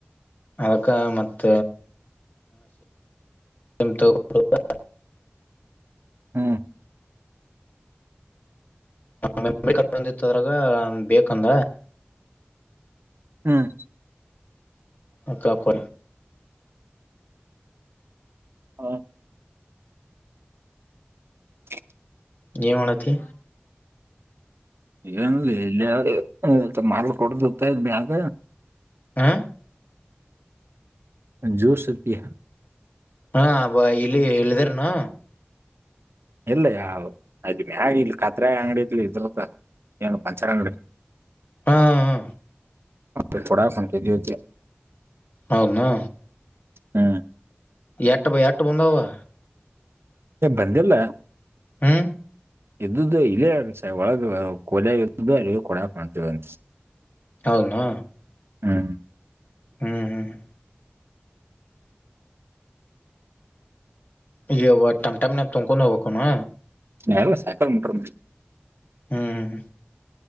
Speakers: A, on the left; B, on the right.
A: ಅದಕ್ಕ ಮತ್ತ ತಗ <unintelligible>
B: ಹ್ಮ್
A: ಹ ಮೆ ಕಂದಿತ್ತದ್ರಾಗ ಬೇಕಂದ
B: ಹ್ಮ್
A: ಅಕ ಕೊ
B: ಹಾ ಚ <inaudible>
A: ಏನ್ ಮಾಡತ್ತಿ
B: ಏನ್ ಇಲ್ಲಿಯ ಮಾರ್ ಕೊಡ್ದತ್ತ ಇದ್ ಮ್ಯಾಗ
A: ಹ
B: ಜೋ ಸತಿಹ
A: ಹಾ ಅಬ ಇಲ್ಲಿ ಹೇಳಿದಾರನು
B: ಇಲ್ಲ ಯಾವ ಅಲ್ಲಿ ಬ್ಯಾ ಇ ಕತ್ರೆ ಅಂಗಡಿ ಇದ ಇದಂತ ಏನು ಪಂಚರ ಅಂಗಡಿ
A: ಹಾ ಹಾ
B: ಆ ಥೋಡಾಫನ್ಕ್ಕೆದತ
A: ಹೌನಾ
B: ಹಾ
A: ಈ ಅಟ್ಟ ಬಾಯ ಅಟ್ಟ ಬಂದ ವಾ
B: ಬಂದಿಲ್ಲ
A: ಹ್ಮ
B: ಎದ್ದುದುು ಇಲ್ಲೇ ಅ ಸ ಒಳಗ ಕೊಲೆ ಎದ್ದ್ದು ಅಲ್ಲಿ ಕೊಡ ಕಾಣ್ತೀವಿನ್ಸ
A: ಹೌನಾ
B: ಹ್ಮ
A: ಹ್ಮ್ ಹ್ಮ್ ಈ ಟಮ್ ಟಮ್ ನ ತೊಕೊಂಡು ಹೋಗ್ಬೇಕುನು
B: ನೇರ ಸಕರ ಮಟರ
A: ಹ್ಮ್